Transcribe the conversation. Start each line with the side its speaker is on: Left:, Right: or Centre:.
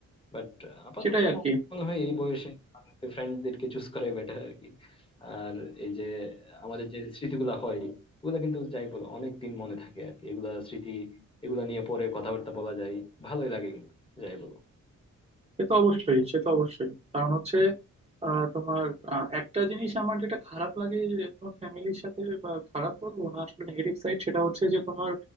Left: বাট আপাতত
Right: সেটাই আর কি
Left: মনে হয় এই বয়সে ফ্রেন্ডদেরকে চুজ করাই বেটার আর কি আর এই যে আমাদের যে স্মৃতিগুলো হয় ওগুলা কিন্তু যাই বলো অনেক দিন মনে থাকে আর কি এগুলা স্মৃতি এগুলা নিয়ে পরে কথাবার্তা বলা যায় ভালোই লাগে কিন্তু যাই বলো
Right: সে তো অবশ্যই সে তো অবশ্যই কারণ হচ্ছে আহ, তোমার আহ, একটা জিনিস আমার যেটা খারাপ লাগে যে তোমার ফ্যামিলির সাথে বা খারাপ বলবো না আসলে নেগেটিভ সাইড সেটা হচ্ছে যে তোমার